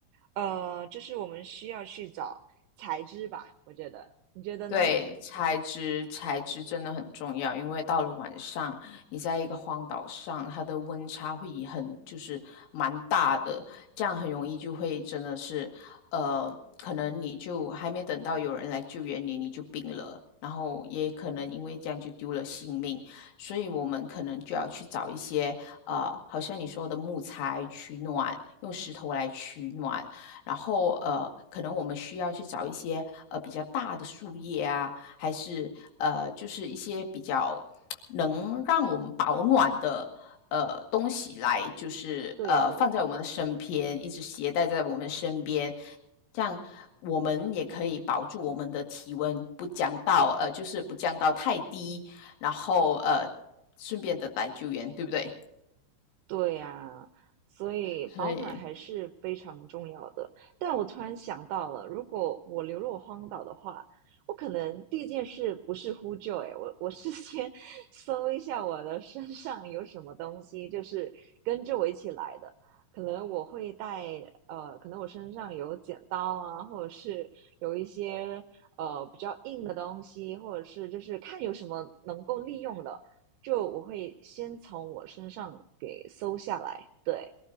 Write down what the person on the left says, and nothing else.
对，材质材质真的很重要，因为到了晚上，你在一个荒岛上，它的温差会以很就是蛮大的，这样很容易就会真的是，呃，可能你就还没等到有人来救援你，你就病了，然后也可能因为这样就丢了性命，所以我们可能就要去找一些呃，好像你说的木材取暖，用石头来取暖，然后呃，可能我们需要去找一些呃比较大的树叶啊，还是呃就是一些比较能让我们保暖的呃东西来，就是呃放在我们的身边，
一直携带在我们身边，这样我们也可以保住我们的体温不降到呃就是不降到太低，然后呃顺便的来救援，对不对？
所以